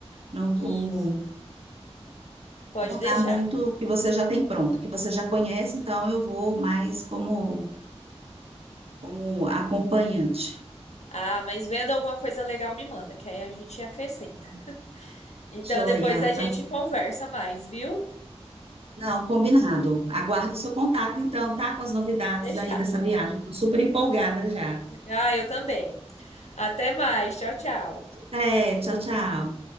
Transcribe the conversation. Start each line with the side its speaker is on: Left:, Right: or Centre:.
Right: Não vou
Left: Isso, pode
Right: mudar
Left: deixar.
Right: muito o que você já tem pronto, o que você já conhece, então eu vou mais como, como acompanhante.
Left: Ah, mas vendo alguma coisa legal, me manda, que aí a gente acrescenta. Então
Right: Joia,
Left: depois a gente
Right: tá
Left: conversa mais, viu?
Right: Não, combinado. Aguardo o seu contato, então, tá? Com as novidades
Left: Pode deixar.
Right: aí dessa viagem. Estou super empolgada já.
Left: Ah, eu também. Até mais. Tchau, tchau.
Right: Até, tchau, tchau.